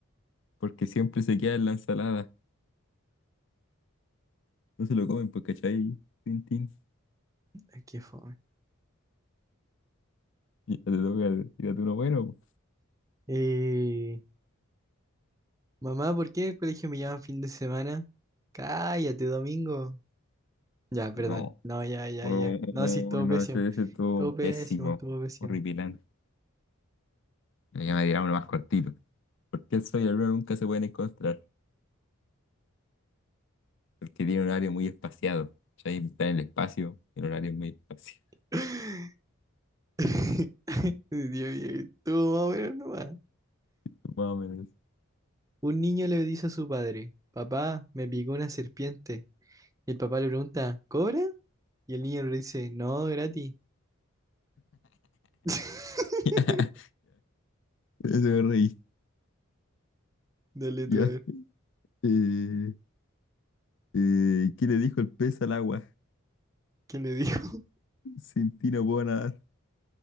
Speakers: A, on the left; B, on the right.
A: Porque siempre se queda en la ensalada. No se lo comen, pues, ¿cachai? Tin, tin.
B: Ay, qué fome.
A: Y Ya te toca, tírate uno bueno.
B: Eh, mamá, ¿por qué en el colegio me llaman fin de semana? Cállate, domingo. Ya, perdón.
A: pues. Oh,
B: No, ya, ya,
A: oh,
B: ya. No, sí, estuvo
A: no,
B: pésimo.
A: ese, ese estuvo
B: Estuvo pésimo,
A: pésimo,
B: estuvo pésimo.
A: horripilante. Ya me dirá uno más cortito. ¿Por qué el sol y la luna nunca se pueden encontrar? Porque tiene un horario muy espaciado. Ahí está en el espacio, el horario es muy espaciado.
B: <laughs> <laughs> Dios mío, estuvo más o menos nomás.
A: <laughs> Más o menos. <laughs>
B: Un niño le dice a su padre, papá, me picó una serpiente. Y el papá le pregunta, ¿cobra? Y el niño le dice, no, gratis. <laughs>
A: Ya, ya, se me reí.
B: Dale
A: Ya.
B: tú a ver,
A: Eh, eh, ¿qué le dijo el pez al agua?
B: ¿qué le dijo?
A: Sin ti no puedo nadar.